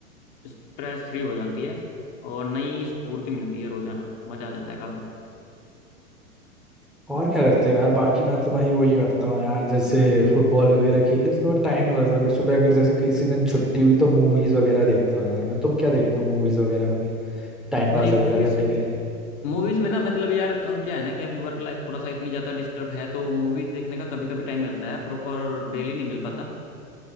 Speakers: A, on the left; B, in the centre.
A: स्ट्रेस फ्री हो जाती है और नई स्फूर्ति मिलती है रोजाना मजा आ जाता है काफी
B: और क्या करते हो यार बाकी मैं तो भाई वही करता हूँ यार जैसे फुटबॉल वगैरह खेल ली उसके बाद टाइम नहीं बचता फिर सुबह अगर जैसे किसी दिन छुट्टी हुई तो मूवीज वगैरह देखता हूँ यार मैं तुम क्या देखते हो मूवीज वगैरह में टाइम
A: भाई
B: पास वगैरह
A: मूवीज
B: करने के लिए
A: मूवीज में ना मतलब यार अ, क्या है ना कि अभी वर्क लाइफ थोड़ा सा इतनी ज्यादा डिस्टर्ब है तो मूवीज देखने का कभी कभी टाइम मिलता है प्रॉपर डेली नहीं मिल पाता